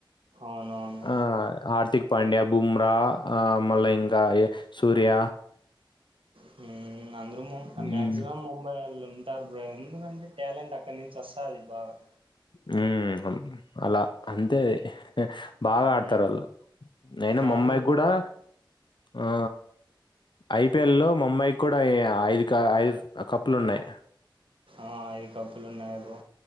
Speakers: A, on the right; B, on the left.
A: అవునవును.
B: ఆ ఆర్థిక్ పాండ్యా బుమ్రా ఆ మళ్ళ ఇంక సూర్య
A: హుమ్ అందరూ మాక్సిమం
B: మ్మ్
A: ముంబైవోళ్ళే టారు బ్రో ఎందుకంటే టాలెంట్ అక్కడ నుంచి వస్తుది బాగా
B: మ్మ్ అలా అంతే బాగా
A: హ్మ్.
B: ఆడతారు వాళ్ళు నేను
A: కానీ
B: ముంబై కూడా ఆ ఐ పి ఎల్ లో ముంబై కూడా ఈ ఐదు క ఐదు కప్పులు ఉన్నాయి
A: ఆ ఐదు కప్పులు ఉన్నాయ్ బ్రో